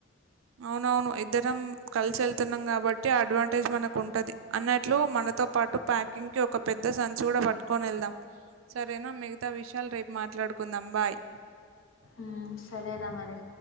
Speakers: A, on the right; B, on the left.
A: అవునవును ఇద్దరం కలిసి వెళ్తున్నాం కాబట్టి అడ్వాంటేజ్ మనకు ఉంటది అన్నట్లు మనతో పాటు ప్యాకింగ్ కి ఒక పెద్ద సం చి కుడా పట్టుకొని వెళ్దాం సరేనా మిగతా విషయాలు రేపు మాట్లాడుకుందాం బాయ్
B: ఉమ్ సరేరా మరి